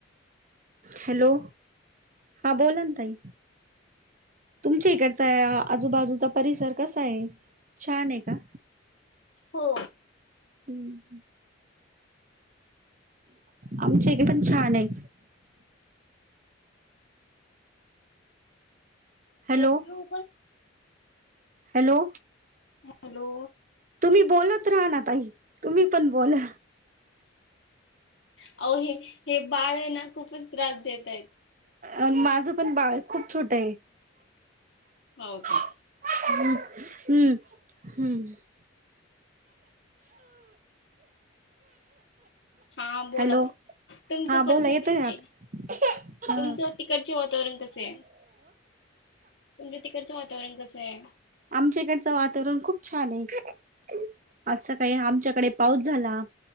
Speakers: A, on the right (about 40°); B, on the left (about 65°).
A: हॅलो हा बोला ना ताई तुमच्या इकडचा आजूबाजूचा परिसर कसा आहे छान आहे का?
B: हो.
A: हम्म. आमच्या इकडे पण छान आहे. हॅलो
B: हेप्रू
A: हॅलो.
B: हॅलो.
A: तुम्ही बोलत राहा ना ताई तुम्ही पण बोला.
B: अ हे हे बाळ आहे ना खूपच त्रास देत आहेत.
A: अ माझं पण बाळ खूप छोट आहे.
B: हो का?
A: हम् हम्म हम्म.
B: हा बोला
A: हॅलो
B: बोला तुमचा
A: हा
B: परिसर
A: बोला येतोय
B: कसा
A: आत
B: आहेईल
A: ह
B: तुमचं? तिकडचे वातावरण कसे आहे तुच्या तिकडचं वातावरण कसं आहे.
A: आमच्या इकडचं वातावरण खूप छान आहे असं काही आमच्याकडे पाऊस झाला